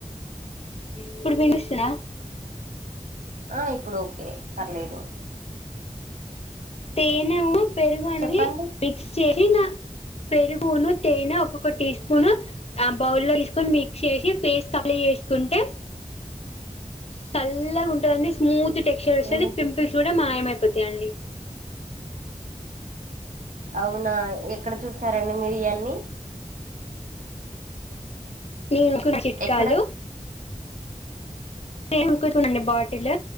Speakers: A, on the left (about 50°); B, on the right (about 75°).
A: ఇప్పుడు వీన్సుసా
B: ఆ ఇప్పుడు ఓకే పర్లేదు
A: తేనెను పెరుగు అనేది
B: చెప్పండి
A: మిక్స్ చేసి నా పెరుగును తేనె ఒక్కొక్క టీ స్పూను ఆ బౌల్లో తీసుకొని మిక్స్ చేసి ఫేస్‌కి అప్లై చేసుకుంటే సాల్లగా ఉంటదండి స్మూత్ టెక్స్చర్ వస్తాది
B: ఏమైతుంది
A: పింపుల్స్ కూడా మాయమైపోతాయండి
B: అవునా ఎక్కడ చూసారండి మీరు ఇయాన్నీ
A: నేను <unintelligible> చిట్కాలు
B: ఎక్కడ
A: సేమ్ <unintelligible> బాటిల్